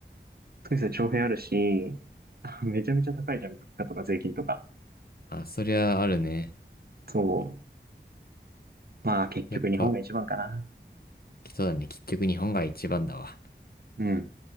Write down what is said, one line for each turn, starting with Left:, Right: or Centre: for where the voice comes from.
Right: う。スイスは徴兵あるし、<laughs> めちゃめちゃ高いじゃん。物価とか税金とか。
Left: あ、そりゃあるね。
Right: そう。まあ結局日本が一番かな。
Left: やっぱ、人だね。結局日本が一番だわ。
Right: うん。